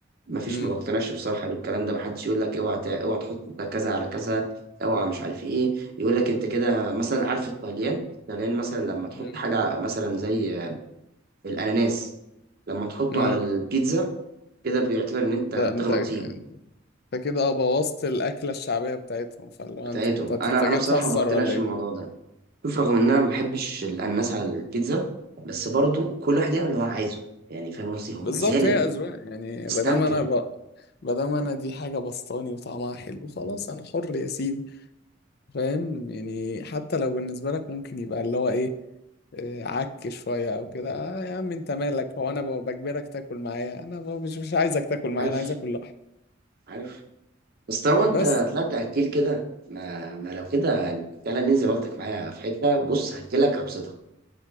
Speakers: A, on the right; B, on the left.
A: مفيش
B: امم
A: ما بقتنعش بصراحة بالكلام ده محدش يقول لك اوعى ت- اوعى تحط ده كذا على كذا اوعى مش عارف ايه يقول لك انت كده مثلا عارف الطليان الطليان مثلا لما تحط
B: امم
A: حاجة مثلا زي الأناناس لما تحطه
B: امم
A: على البيتزا كده بيعتبر إن أنت
B: ده انت
A: بتغلط
B: انت
A: فيهم
B: كده اه بوظت الاكله الشعبيه بتاعتهم فاللي هو
A: بتاعتهم
B: انت انت أنت
A: انا
B: جاي
A: انا بصراحه
B: تهزر
A: ما بقتنعش
B: ولا ايه
A: بالموضوع ده شوف رغم ان انا ما بحبش الاناناس على البيتزا بس برضو كل واحد يعمل اللي هو عايزه يعني فاهم قصدي هو
B: بالظبط
A: مازال
B: هي أذواق يعني
A: استمتع
B: ما دام انا ب... ما دام انا دي حاجة بسطاني وطعمها حلو خلاص انا حر يا سيدي فاهم يعني حتى لو بالنسبة لك ممكن يبقى اللي هو ايه آه، عك شوية او كده آه يا عم انت مالك هو انا ب- بجبرك تاكل معايا انا ب- مش مش عايزك تاكل معايا
A: عارف
B: انا عايز اكل لوحدي
A: عارف بس طالما انت
B: بس
A: طلعت اكيل كده ما, ما لو كده يعني تعالى ننزل واخدك معايا في حته بص هاكلك هبسطك